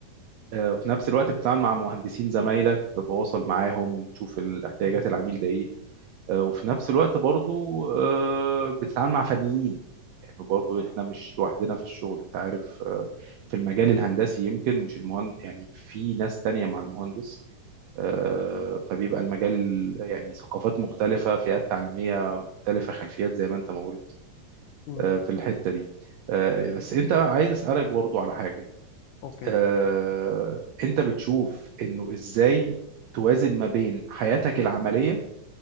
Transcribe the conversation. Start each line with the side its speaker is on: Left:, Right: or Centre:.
Right: آه، وفي نفس الوقت بتتعامل مع مهندسين زمايلك تتواصل معاهم تشوف ال- احتياجات
Left: امم
Right: العميل ده ايه آه، وفي نفس الوقت برضو آه، بتتعامل مع فنيين لانه برضو احنا مش لوحدنا في الشغل انت عارف آه، في المجال الهندسي يمكن مش المهندس يعني في ناس تانية مع المهندس آه، فبيبقى المجال ال- يعني ثقافات مختلفة فئات تعليمية مختلفة خلفيات زي ما انت ما قلت
Left: امم
Right: آه، في الحتة دي آه، بس انت عايز اسألك برضو على حاجة
Left: اوكي
Right: آه، انت بتشوف انه ازاي توازن ما بين حياتك العملية